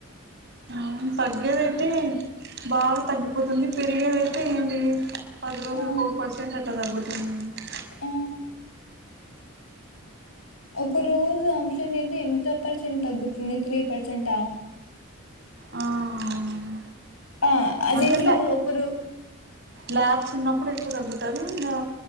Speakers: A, on the right; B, on the left.
A: ఉమ్ తగ్గేదైతే బాగా తగ్గిపోతుంది పెరిగేది అయితే ఏంది పది రోజుల్కి
B: ఆ
A: ఒక పెర్సెంట్ అట తగ్గుతుంది తా
B: ఆ ఒక రోజు అమ్సెంట్ అయితే ఎంత పర్సెంట్ తగ్గుతుంది త్రీ పర్సెంటా
A: ఆ అవునవును
B: ఆ అదెంటో
A: అంటే ల్యా
B: ఒకరు
A: ల్యాబ్స్ ఉన్నప్పుడు ఎక్కువ తగ్గుతది ఇంకా